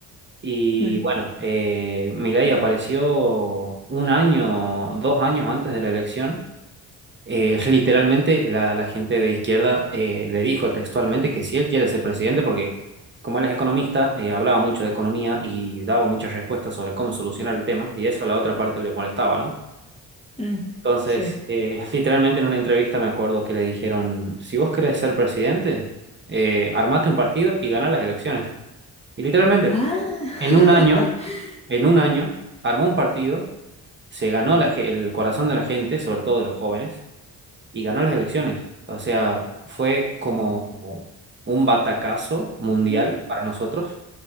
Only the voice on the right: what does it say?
Y
bueno, eh, Milei apareció un año, dos años antes de la elección eh, <laughs> literalmente la, la gente de izquierda eh, le dijo textualmente que si él quiere ser presidente, porque como él es economista, eh, hablaba mucho de economía y daba muchas respuestas sobre cómo solucionar el tema, y eso a la otra parte le molestaba, ¿no?
Entonces,
eh, <laughs> literalmente en una entrevista me acuerdo que le dijeron, si vos querés ser presidente, eh, armate un partido y ganá las elecciones. Y literalmente,
en
un año, en un año, armó un partido, se ganó la ge- el corazón de la gente, sobre todo de los jóvenes y ganó las elecciones. O sea, fue como
un batacazo mundial
para nosotros